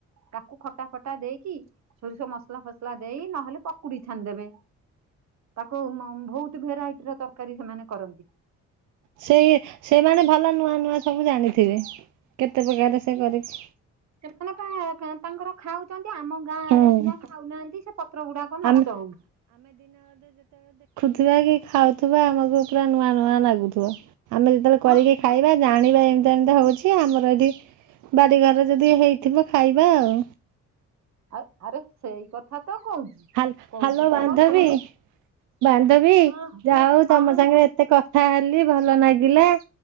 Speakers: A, on the right; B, on the right.
A: ତାକୁ ଖଟା ଫଟା ଦେଇକି ସୋରିଷ ମସଲା ଫସଲା ଦେଇ ନହେଲେ ପକୁଡି ଥାନ ଦେବେ ତାକୁ ବହୁତ ଭେରାଇଟି ର ତରକାରୀ ସେମାନେ କରନ୍ତି
B: ସେଇ ସେମାନେ ଭଲ ନୂଆ ନୂଆ ସବୁ ଜାଣିଥିବେ କେତେ ପ୍ରକାର ସେ କରିଛି
A: ସେମାନେ ତାଙ୍କର ଖାଉଛନ୍ତି ଆମ ଗାଁ
B: ହୁଁ
A: ଆଡେ ସିନା ଖାଉନାହାନ୍ତି ସେ ପତ୍ର ଗୁଡାଙ୍କ ନଷ୍ଟ
B: ଆମେ
A: ହଉ
B: ଥିବା କି ଖାଉଥିବା ଆମକୁ ପୁରା ନୂଆ ନୂଆ ଲାଗୁଥିବ ଆମେ ଯେତେବେଳେ କରିକି
A: ହଁ।
B: ଖାଇବା ଜାଣିବା ଏମିତି ଏମିତି ହଉଛି ଆମର ଏଠି ବାଡିଘର ଯଦି ହେଇଥିବ ଖାଇବା ଆଉ
A: ଆଉ ଆରେ ସେଇ କଥା ତ କହୁଛି
B: ହାଲ୍
A: କହୁଛି
B: ହାଲୋ
A: ବା
B: ବାନ୍ଧବୀ
A: ମୋ ଶାଶୁ
B: ବାନ୍ଧବୀ
A: ହଁ
B: ଯାହଉ
A: ହଁ
B: ତମ ସାଙ୍ଗରେ ଏତେ କଥା ହେଲି ଭଲ ଲାଗିଲା